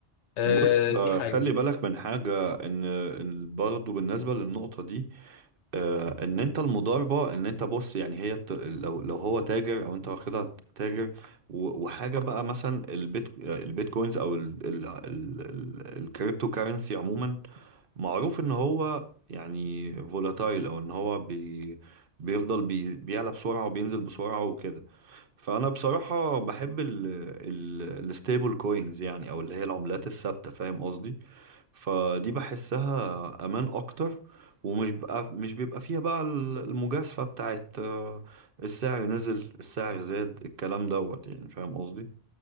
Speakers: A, on the left; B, on the right.
A: آه،
B: بص آه،
A: دي حاجه
B: خلي بالك من حاجة إن إن برضه بالنسبة للنقطة دي آه، ان انت المضاربه ان انت بص يعني هي بت... لو لو هو تاجر او انت واخدها تاجر و... وحاجه بقى مثلا البيت آه، البيتكوينز او ال... ال... ال... ال... الكريبتو كارنسي عموما معروف ان هو يعني فولاتايل او ان هو بي... بيفضل بي... بيعلى بسرعه وبينزل بسرعه وكده فانا بصراحه بحب ال... ال... الستيبل كوينز يعني او اللي هي العملات الثابته فاهم قصدي فدي بحسها امان اكتر ومش بقى مش بيبقى فيها بقى ال- المجازفة بتاعت آه، السعر نزل السعر زاد الكلام دوت يعني فاهم قصدي